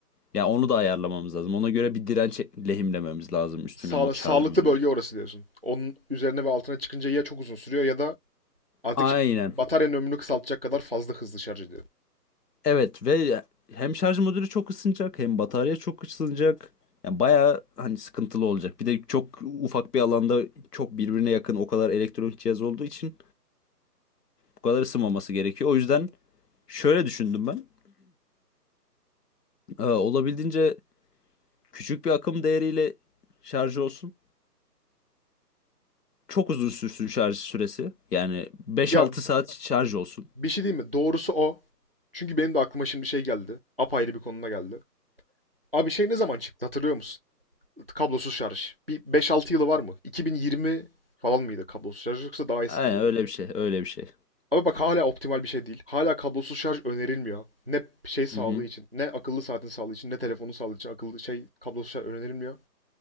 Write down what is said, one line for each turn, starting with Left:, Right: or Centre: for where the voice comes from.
Left: Ya onu da ayarlamamız lazım. Ona göre bir direnç lehimlememiz lazım üstüne
Right: Sağ,
Left: mo-
Right: sağlıklı
Left: şarj modülü.
Right: bölge orası diyorsun. Onun üzerine ve altına çıkınca ya çok uzun sürüyor ya da artık
Left: Aynen.
Right: bataryanın ömrünü kısaltacak kadar fazla hızlı şarj ediyor.
Left: Evet ve hem şarj modülü çok ısınacak hem batarya çok ısınacak. Yani bayağı hani sıkıntılı olacak. Bir de çok ufak bir alanda çok birbirine yakın o kadar elektronik cihaz olduğu için Bu kadar ısınmaması gerekiyor. O yüzden şöyle düşündüm ben. Ee, olabildiğince küçük bir akım değeriyle şarj olsun. Çok uzun sürsün şarj süresi. Yani beş
Right: Ya
Left: altı saat şarj olsun.
Right: bir şey değil mi? Doğrusu o. Çünkü benim de aklıma şimdi şey geldi. Apayrı bir konuna geldi. Abi şey ne zaman çıktı hatırlıyor musun? Kablosuz şarj. Bir beş altı yılı var mı? 2020 falan mıydı kablosuz şarj yoksa daha eski
Left: Aynen
Right: miydi?
Left: öyle bir şey, öyle bir şey.
Right: Ama bak hala optimal bir şey değil. Hala kablosuz şarj önerilmiyor. Ne şey sağlığı
Left: Hı hı.
Right: için, ne akıllı saatin sağlığı için, ne telefonun sağlığı için akıllı şey kablosuz şarj önerilmiyor.